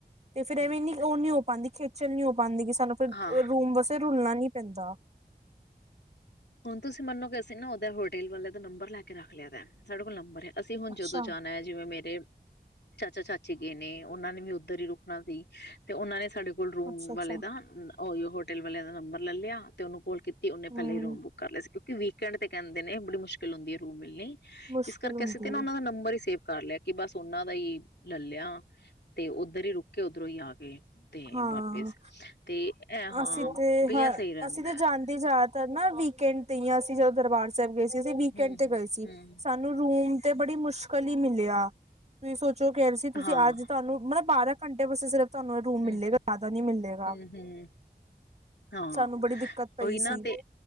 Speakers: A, on the right; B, on the left.
A: ਤੇ ਫੇਰ ਐਵੇਂ
B: ਹਮ
A: ਨੀ, ਉਹ ਨਹੀਂ ਹੋ ਪਾਂਦੀ, ਖੇਚਲ ਨਹੀਂ ਹੋ ਪਾਂਦੀ। ਕਿ ਸਾਨੂੰ ਫੇਰ,
B: ਹਾਂ
A: ਰੂਮ ਵਾਸਤੇ ਰੁਲਣਾ ਨਹੀਂ ਪੈਂਦਾ।
B: ਹੁਣ, ਤੁਸੀਂ ਮੰਨੋਗੇ ਅਸੀਂ ਨਾ, ਉਧਰ ਹੋਟਲ ਵਾਲੇ ਦਾ, ਨੰਬਰ ਲੈ ਕੇ ਰੱਖ ਲਿਆ ਦੈ, ਸਾਡੇ ਕੋਲ ਨੰਬਰ ਹੈ। ਅਸੀਂ, ਹੁਣ
A: ਅੱਛਾ
B: ਜਦੋਂ ਜਾਣਾ ਹੈ। ਜਿਵੇਂ ਮੇਰੇ ਚਾਚਾ, ਚਾਚੀ ਗਏ ਨੇ, ਉਹਨਾਂ ਨੇ ਵੀ ਉੱਧਰ ਹੀ ਰੁਕਣਾ ਸੀ। ਤੇ, ਉਹਨਾਂ ਨੇ ਸਾਡੇ ਕੋਲ ਰੂਮ
A: ਅੱਛਾ ਅੱਛਾ
B: ਵਾਲੇ ਦਾ, ਉਹੀ ਹੋਟਲ ਵਾਲਿਆਂ ਦਾ ਨੰਬਰ ਲੈ ਲਿਆ। ਤੇ ਉਹਨੂੰ ਕੋਲ ਕੀਤੀ, ਉਹਨੇ
A: ਹਮ
B: ਪਹਿਲੇ ਹੀ ਰੂਮ ਬੁੱਕ ਕਰ ਲਿਆ ਸੀ। ਕਿਉਂਕਿ ਵੀਕਐੰਡ ਤੇ ਕਹਿੰਦੇ ਨੇ, ਬੜੀ ਮੁਸ਼ਕਿਲ ਹੁੰਦੀ ਹੈ, ਰੂਮ ਮਿਲਣੀ।
A: ਮੁਸ਼ਕਿਲ
B: ਇਸ ਕਰਕੇ,
A: ਹੁੰਦੀ
B: ਅਸੀਂ ਤੇ ਨਾ
A: ਹੈ
B: ਉਹਨਾਂ ਦਾ ਨੰਬਰ ਹੀ, ਸੇਵ ਕਰ ਲਿਆ, ਕਿ ਬਸ ਉਹਨਾਂ ਦਾ ਹੀ ਲੈ ਲਿਆ। ਤੇ, ਓਧਰ ਹੀ ਰੁਕੇ, ਉਧਰੋਂ ਹੀ ਆ ਗਏ। ਤੇ
A: ਹਾਂ
B: ਵਾਪਿਸ ਤੇ ਏਹ ਹਾਂ,
A: ਅਸੀਂ ਤੇ
B: ਬਈ
A: ਹ
B: ਆ ਸਹੀ ਰਹਿੰਦਾ
A: ਅਸੀਂ
B: ਏ।
A: ਤੇ ਜਿਆਦਾਤਰ ਨਾ, ਵੀਕਐਂਡ ਤੇ ਯਾ ਅਸੀਂ ਜਦੋਂ ਦਰਬਾਰ ਸਾਹਿਬ ਗਏ ਸੀ, ਅਸੀਂ ਵੀਕਐਂਡ
B: ਹਮ
A: ਤੇ
B: ਹਮ
A: ਗਏ ਸੀ।
B: ਹਮ
A: ਸਾਨ ਮੂੰ ਰੂਮ ਤੇ ਬੜੀ ਮੁਸ਼ਕਲ ਹੀ ਮਿਲਿਆ। ਤੁਸੀਂ ਸੋਚੋ ਕਹਿ ਰਹੇ ਸੀ, ਤੁਸੀਂ
B: ਹਾਂ
A: ਅੱਜ ਤੁਹਾਨੂੰ ਮਤਲਬ ਬਾਰਾਂ ਘੰਟੇ ਵਾਸਤੇ, ਸਿਰਫ ਤੁਹਾਨੂੰ ਰੂਮ
B: ਹੂੰ
A: ਮਿਲੇਗਾ
B: -ਹੂੰ,
A: ਜ਼ਿਆਦਾ ਨਹੀਂ ਮਿਲੇਗਾ।
B: ਹੂੰ- ਹੂੰ, ਹਾਂ
A: ਸਾਨੂੰ ਬੜੀ ਦਿੱਕਤ ਪਈ
B: ਓਹੀ ਨਾ
A: ਸੀ
B: ਤੇ